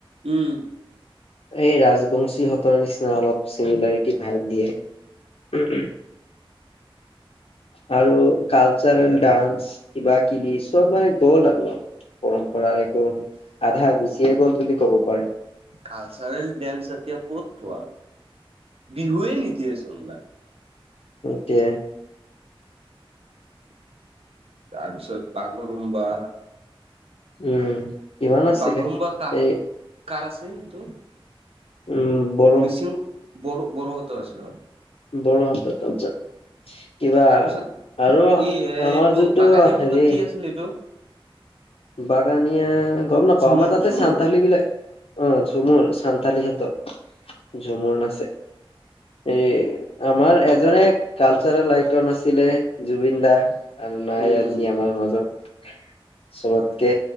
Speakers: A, on the right; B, on the left.
A: উম!
B: এই ৰাজবংশীহঁতৰ নিচিনা অলপ চিমিলাৰিটি ভাগ দিয়ে। উম উম আৰু কালচাৰেল ডান্স কিবা কিবি চব মানে গ'ল আৰু পৰম্পৰাৰ একো আধা গুচিয়ে গ'ল বুলি কব পাৰি।
A: কালাৰ্ছৰেল ডেচ এতিয়া ক'ত পোৱা। বিহুৱে নিদিয়ে চোনবাদ।
B: এতিয়া
A: তাৰপিছত বাগুৰুম্বা।
B: উম! কিমান আছিলে
A: বাগৰুম্বা কাহ
B: এই
A: কাৰ আছিল ইটো
B: উম বড়ো
A: মিচিং বড়ো বড়ো হতৰ আছিলে।
B: বড়ো হতৰ কালাৰ্ছ। কিবা
A: তাৰপিছত
B: আৰু
A: ই এইটো
B: আমাৰ যোনটো
A: বাগানীয়াহঁতৰ
B: হেৰি
A: কি আছিল এইটো
B: বাগানীয়া গম নাপাও
A: ঝুমুৰ
B: আমাৰ তাতে
A: ঝুমুৰ
B: চান্তালী বিলাক অ ঝুমুৰ সান্তালিহঁতত ঝুমুৰ নাচে এই আমাৰ এজনে কালচাৰেল আইকৰণ আছিলে জুবিন দা <unintelligible> আৰু নাই
A: উম,
B: আজি আমাৰ মাজত চবতকে